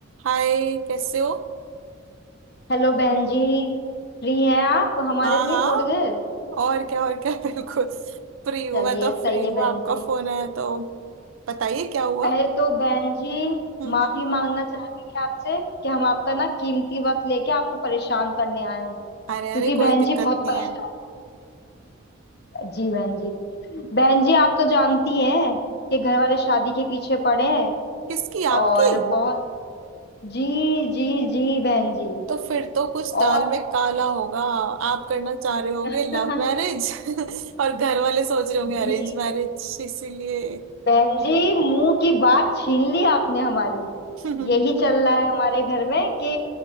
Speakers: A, on the right; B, on the left.
A: हाय कैसे हो
B: Hello बहन जी Free हैं आप हमारे
A: हाँ
B: लिए
A: हाँ
B: थोड़ी देर
A: और क्या और क्या <laughs> बिल्कुल फ्री हूँ
B: चलिए
A: मैं तो
B: सही
A: फ्री
B: है
A: हूँ
B: बहन
A: आपका
B: जी
A: फोन आया तो बताइए क्या हुआ
B: पहले तो बहन जी
A: हम्म
B: माफी
A: हम्म
B: मांगना चाहेंगे आपसे कि हम आपका ना कीमती वक्त लेके आपको परेशान करने आए हैं
A: अरे
B: क्योंकि
A: अरे
B: बहन
A: कोई दिक्कत
B: जी बहुत
A: नहीं
B: परेशान
A: है
B: जी बहन जी बहन जी आप तो जानती हैं कि घर वाले शादी के पीछे पड़े हैं
A: किसकी आपकी
B: और बहुत जी जी जी बहन जी
A: तो फिर तो कुछ
B: और
A: दाल में काला होगा आप करना चाह रहे होगे
B: <laughs>
A: लव मैरिज <laughs> और घर वाले सोच रहे होंगे
B: जी
A: अरेंज मैरिज इसीलिए
B: बहन जी मुंह की बात छीन ली आपने हमारी
A: <laughs>
B: यही चल रहा है हमारे घर में कि